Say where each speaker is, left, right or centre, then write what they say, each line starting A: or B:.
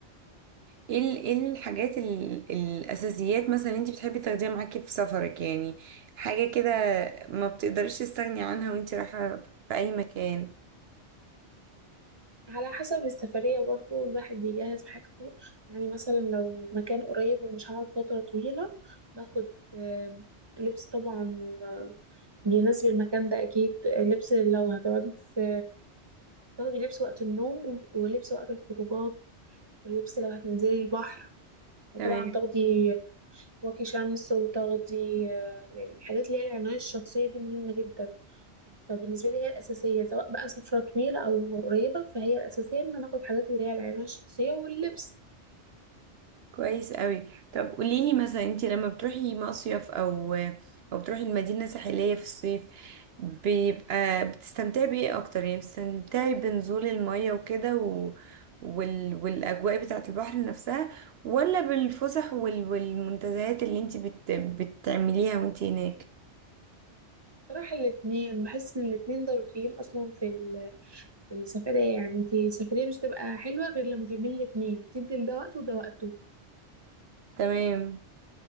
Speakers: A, on the right; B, on the right.
A: ايه ال- ايه الحاجات ال- الأساسيات مثلا انت بتحبي تاخديها معاكي في سفرك يعني حاجة كده ما بتقدريش تستغني عنها وانت رايحة في أي مكان
B: على حسب السفرية برضو الواحد بيجهز حاجته يعني مثلا لو مكان قريب ومش هقعد فترة طويلة باخد آه، لبس طبعا آه، بيناسب المكان ده أكيد آه، لبس لو هتقعدي في تاخدي لبس وقت النوم ولبس وقت الخروجات ولبس لو هتنزلي البحر وطبعا
A: تمام
B: تاخدي واقي شمس وتغطي آه، يعني الحاجات اللي هي العناية الشخصية دي مهمة جدا فبالنسبة لي هي الأساسية سواء بقى سفرة طويلة أو قريبة فهي الأساسية إن أنا آخد حاجات اللي هي العناية الشخصية واللبس
A: كويس قوي طب قوليلي مثلا انت لما بتروحي مصيف او او بتروحي المدينة ساحلية في الصيف بيبقى بتستمتعي بايه اكتر يعني بتستمتعي بنزول المية وكده و... وال... والاجواء بتاعة البحر نفسها ولا بالفسح وال... والمنتزهات اللي انت بت... بتعمليها وانت هناك
B: صراحة الاتنين بحس إن الاتنين ضروريين أصلا في ال- في السفرية يعني انتي السفرية مش تبقى حلوة غير لما تعملي الاتنين تدي لده وقت وده وقته
A: تمام